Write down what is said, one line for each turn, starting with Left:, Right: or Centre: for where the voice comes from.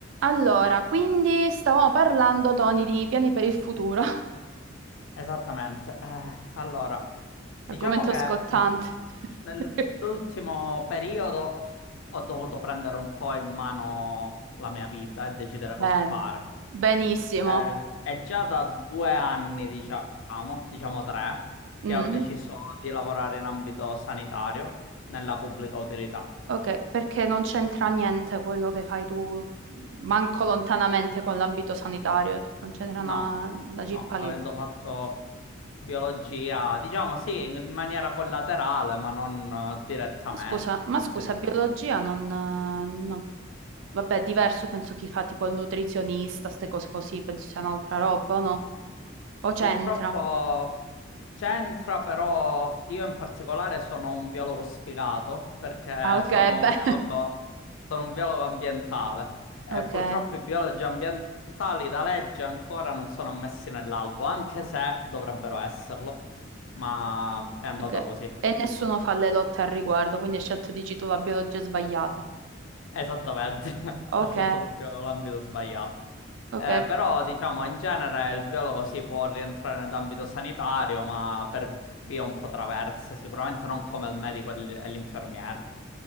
Right: Allora, quindi stavamo parlando, Tony, di piani per il futuro, <laughs>
Left: Esattamente. Eh, allora, diciamo
Right: argomento
Left: che
Right: scottante.
Left: nell'ultimo
Right: <laughs>
Left: periodo ho dovuto prendere un po' in mano la mia vita e decidere cosa
Right: Ben,
Left: fare.
Right: benissimo.
Left: Eh, è già da due anni, diciamo, diciamo tre, che
Right: Mm,
Left: ho deciso di lavorare in ambito sanitario, nella pubblica utilità.
Right: ok, perché non c'entra niente quello che fai tu, manco lontanamente con l'ambito sanitario, tipo non c'entra
Left: No,
Right: una, una cippa
Left: no, avendo
Right: lì.
Left: fatto biologia, diciamo sì, in maniera collaterale, ma non eh, direttamente,
Right: Ma scusa, ma scusa,
Left: diciamo.
Right: biologia non, eh, no. Vabbè, diverso penso chi fa tipo il nutrizionista, ste cose così, penso sia un'altra roba, no? O c'entra?
Left: Purtroppo c'entra, però io in particolare sono un biologo sfigato perché
Right: Ah, ok,
Left: sono un
Right: beh.
Left: biologo, sono un biologo ambientale
Right: <laughs>
Left: e
Right: Ok.
Left: purtroppo i biologi ambientali da legge ancora non sono ammessi nell'albo, anche se dovrebbero esserlo, ma è andata
Right: Ok.
Left: così.
Right: E nessuno fa le lotte al riguardo, quindi hai scelto, dici tu, la biologia sbagliata.
Left: Esattamente, <laughs>
Right: Ok,
Left: ho scelto proprio l'ambito sbagliato.
Right: ok,
Left: Eh, però diciamo in genere il biologo si può rientrare nell'ambito sanitario, ma per vie un po' traverse, sicuramente non come il medico e l- e l'infermiera.